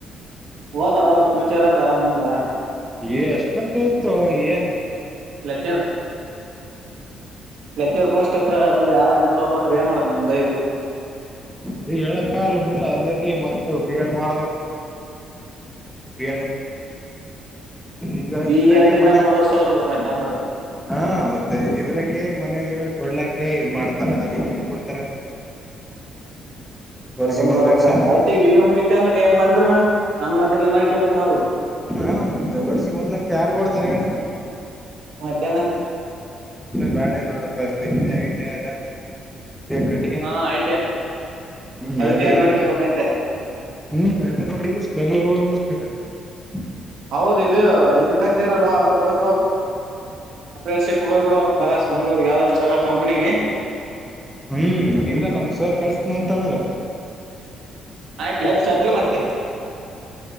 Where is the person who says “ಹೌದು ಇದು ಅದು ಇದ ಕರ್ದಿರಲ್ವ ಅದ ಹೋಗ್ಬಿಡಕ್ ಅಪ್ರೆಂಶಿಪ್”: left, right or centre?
Right